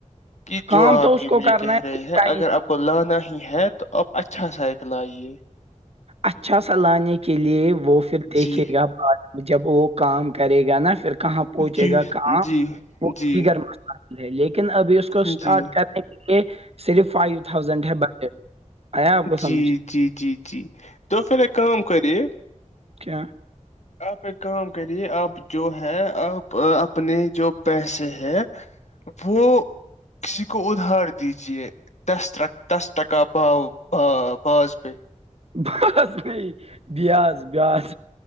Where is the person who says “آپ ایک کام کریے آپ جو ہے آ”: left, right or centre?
Left